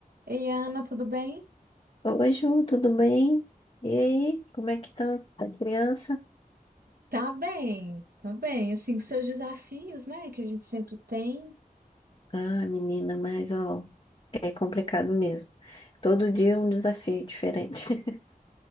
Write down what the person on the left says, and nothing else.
Oi, Ju, tudo bem? E aí, como é que tá a criança?
Ah, menina, mas ó, é complicado mesmo. Todo dia é um desafio diferente. <laughs>